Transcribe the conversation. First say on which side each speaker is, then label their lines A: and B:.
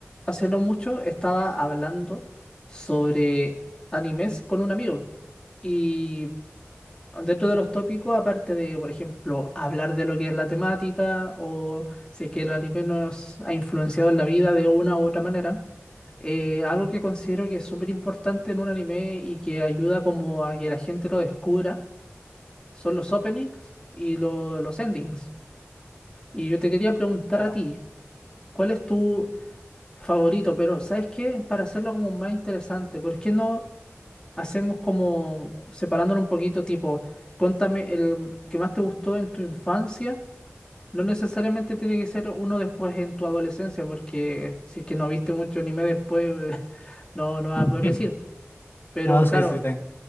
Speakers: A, on the left; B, on the left.
A: Hace no mucho estaba hablando sobre animes con un amigo y dentro de los tópicos, aparte de, por ejemplo, hablar de lo que es la temática o si es que el anime nos ha influenciado en la vida de una u otra manera, eh, algo
B: Mm,
A: que considero que es súper importante en un anime y que ayuda como a que la gente lo descubra son los openings y lo- los endings. Y yo te quería preguntar
B: Claro.
A: a ti, ¿cuál es tu favorito, pero ¿sabes qué? Para hacerlo como más interesante, ¿por qué no hacemos como separándolo un poquito, tipo, cuéntame el que más te gustó en tu infancia? No necesariamente tiene que ser uno después en tu adolescencia, porque si es que no viste mucho anime después, <laughs> no, no vas
B: <laughs>
A: a poder decir. Pero
B: No,
A: claro,
B: sí, sí tengo.